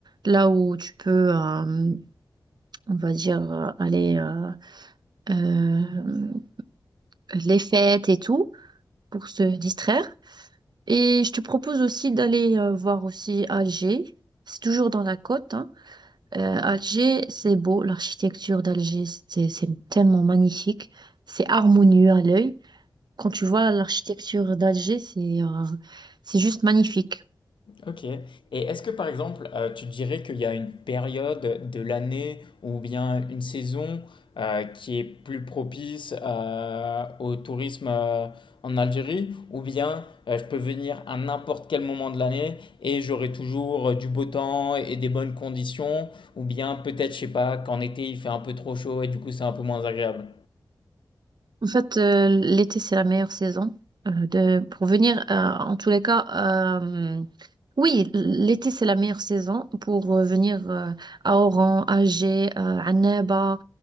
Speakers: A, on the right; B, on the left.
A: là où tu peux, euh, on va dire, euh, aller euh, euh, les fêtes et tout pour se distraire. Et je te propose aussi d'aller euh, voir aussi Alger. C'est toujours dans la côte, hein. Euh, Alger, c'est beau, l'architecture d'Alger, c'est c'est tellement magnifique, c'est harmonieux à l'œil. Quand tu vois l'architecture d'Alger, c'est euh, c'est juste magnifique.
B: Ok. Et est-ce que par exemple, euh, tu dirais qu'il y a une période de l'année ou bien une saison euh, qui est plus propice euh, au tourisme euh, en Algérie, ou bien euh, je peux venir à n'importe quel moment de l'année et j'aurai toujours euh, du beau temps et des bonnes conditions, ou bien peut-être, je sais pas, qu'en été il fait un peu trop chaud et du coup c'est un peu moins agréable.
A: En fait, euh, l'été, c'est la meilleure saison euh, de, pour venir. euh, en tous les cas, euh, oui, l'été, c'est la meilleure saison pour euh, venir euh, à Oran, à Alger, euh, à Annaba.